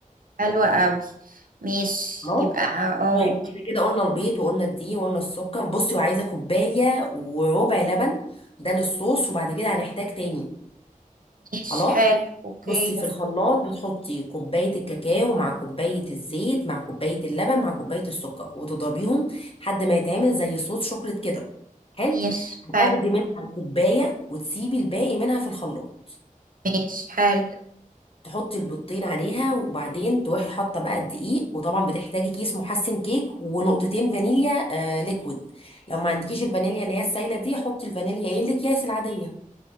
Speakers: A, on the right; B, on the left.
A: حلوة قوي ماشي
B: خلاص
A: يبقى اه
B: طيب احنا كده قلنا البيض وقلنا الدقيق وقلنا السكر بصي وعايزه كوبايه وربع لبن ده للصوص وبعد كده هنحتاج تاني
A: ماشي
B: خلاص
A: حلو اوكي
B: بصي في الخلاط بتحطي كوباية الكاكاو مع كوباية الزيت مع كوباية اللبن مع كوباية السكر وتضربيهم لحد ما يتعمل زي صوص شوكليت كده حلو
A: ماشي
B: هتاخدي
A: حلو
B: منها كوباية وتسيبي الباقي منها في الخلاط
A: ماشي حلو
B: تحطي البيضتين عليها وبعدين تروحي حاطة بقى الدقيق وطبعا بتحتاجي كيس محسن كيك ونقطتين فانيليا آه ليكويد لو ما عندكيش الفانيليا اللي هي السايلة دي حطي الفانيليا ايه الأكياس العادية